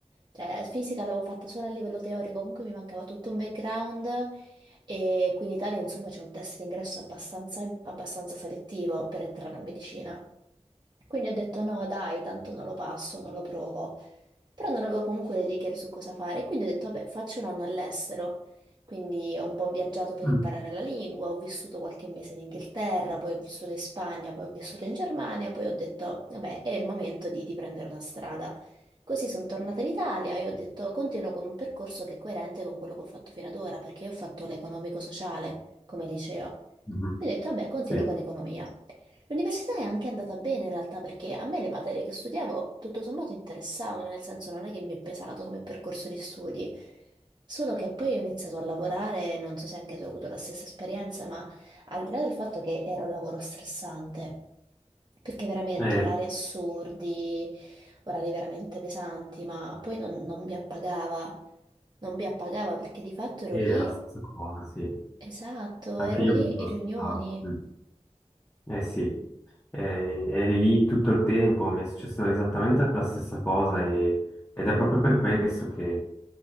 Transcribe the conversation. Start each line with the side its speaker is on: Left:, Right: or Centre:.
Right: cioè fisica l'avevo fatta solo a livello teorico, comunque mi mancava tutto un background e qui in Italia insomma c'è un test d'ingresso abbastanza, abbastanza selettivo per entrare a medicina. Quindi ho detto no, dai, tanto non lo passo, non lo provo. Però non avevo comunque le idee chiare su cosa fare, quindi ho detto, vabbè, faccio un anno all'estero. Quindi ho un po' viaggiato per
Left: Mm.
Right: imparare la lingua, ho vissuto qualche mese in Inghilterra, poi ho vissuto in Spagna, poi ho vissuto in Germania, poi ho detto, vabbè, è il momento di, di prendere una strada. Così sono tornata in Italia e ho detto, continuo con un percorso che è coerente con quello che ho fatto fino ad ora, perché io ho fatto l'economico-sociale come liceo.
Left: Mhm.
Right: Quindi ho detto, vabbè, continuo
Left: Sì,
Right: con economia. L'università è anche andata bene in realtà perché a me le materie che studiavo tutto sommato interessavano, nel senso non è che mi è pesato come percorso di studi, solo che poi ho iniziato a lavorare, non so se anche tu hai avuto la stessa esperienza, ma al di là del fatto che era un lavoro stressante, perché veramente
Left: Eh,
Right: orari assurdi, orari veramente pesanti, ma poi non, non mi appagava, non mi appagava perché di fatto ero
Left: sì,
Right: lì,
Left: è la stessa cosa, sì.
Right: esatto,
Left: Anche
Right: ero
Left: io
Right: lì
Left: mi lo
Right: in
Left: aspettavo.
Right: riunioni.
Left: Eh sì, eh, eri lì tutto il tempo, mi è successa esattamente la stessa cosa e- ed è proprio per questo che